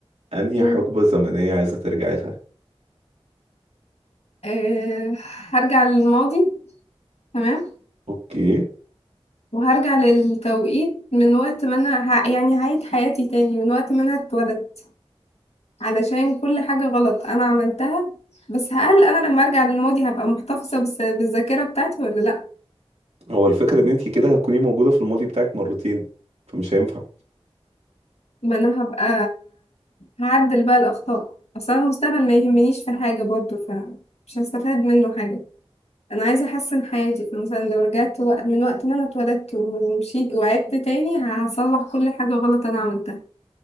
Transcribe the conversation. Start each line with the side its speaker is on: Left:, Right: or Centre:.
Right: انهي
Left: مم.
Right: حقبة زمنية عايزة ترجعي لها
Left: أه هرجع للماضي تمام
Right: اوكي
Left: وهرجع للتوقيت من وقت ما انا ه... يعني هعيد حياتي تاني من وقت ما انا اتولدت علشان كل حاجة غلط انا عملتها بس هل انا لما ارجع للماضي هبقى محتفظة بس... بالذاكرة بتاعتي ولا لا
Right: هو الفكرة ان انت كده هتكوني موجودة في الماضي بتاعك مرتين فمش هينفع
Left: ما انا هبقى هعدل بقى الاخطاء اصلا المستقبل ما يهمنيش في حاجه برضو فمش هستفاد منه حاجه انا عايزه احسن حياتي فمثلا لو رجعت وق- من وقت ما انا اتولدت ومشيت وعدت تاني هصلح كل حاجه غلط انا عملتها